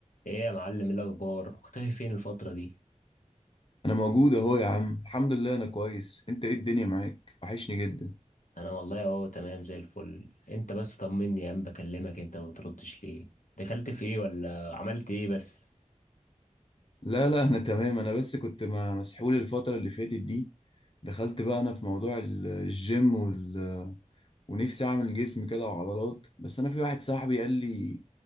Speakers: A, on the left; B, on the left.
A: ايه يا معلم إيه الاخبار مختفي فين الفتره دي
B: انا موجود اهو يا عم الحمد لله انا كويس انت ايه الدنيا معاك وحشني جدا
A: انا والله اهو تمام زي الفل انت بس طمني يا عم بكلمك انت ما بتردش ليه دخلت في ايه ولا عملت ايه بس
B: لا لا انا تمام انا بس كنت ما- مسحول الفترة اللي فاتت دي دخلت بقى انا في موضوع ال- الجيم وال... ونفسي اعمل جسم كده وعضلات بس انا في واحد صاحبي قال لي